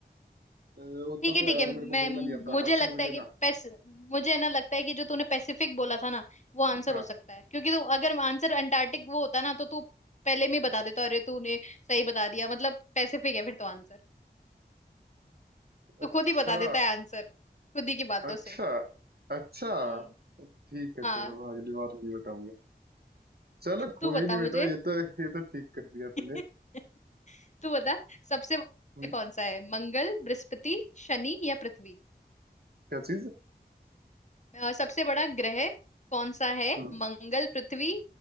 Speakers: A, on the right; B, on the left.
A: अ, होता
B: ठीक है
A: तो
B: ठीक
A: है यार
B: है मैं
A: मेरे को बोलना नहीं आता
B: मुझे
A: हाँ
B: लगता
A: समझ गए
B: है कि
A: ना
B: पैस मुझे ना लगता है कि जो तूने पैसिफिक बोला था ना वो आंसर
A: हाँ
B: हो सकता है क्योंकि तो अगर आंसर अंटार्कटिक वो होता ना तो तू पहले में ही बता देता अरे तूने सही बता दिया मतलब पैसिफिक है फिर तो आंसर तू
A: अच्छा
B: खुद ही बता देता है आंसर खुद ही की बातों
A: अच्छा
B: से
A: अच्छा
B: हम्म
A: ठीक है
B: हाँ
A: चलो हाँ, अगली बार नहीं बताऊंगा चलो कोई
B: तू बता
A: नहीं
B: मुझे
A: बेटा ये तो ये तो ठीक कर दिया
B: <laughs>
A: तूने
B: तू बता सबसे बड़ा
A: हम्म,
B: कौन सा है मंगल बृहस्पति शनि या पृथ्वी
A: क्या चीज
B: अ, सबसे बड़ा ग्रह कौन सा है
A: हम्म,
B: मंगल पृथ्वी